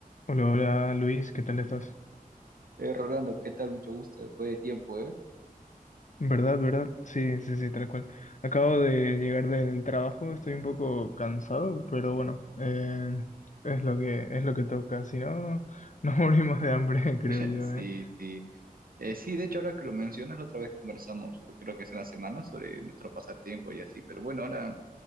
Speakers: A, on the left; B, on the right.
A: Hola, hola Luis, ¿qué tal estás?
B: Eh, Rolando, ¿qué tal? Mucho gusto, después de tiempo, ¿eh?
A: ¿Verdad, verdad? Sí, sí, sí, tal cual. Acabo de llegar del trabajo, estoy un poco cansado, pero bueno, eh, es lo que, es lo que toca, si no, nos <laughs> morimos de hambre, <laughs> creo
B: <laughs>
A: yo,
B: Sí,
A: ¿eh?
B: sí. Eh, sí, de hecho, ahora que lo mencionas, la otra vez conversamos, pues creo que es en la semana, sobre nuestro pasatiempo y así. Pero bueno, ahora,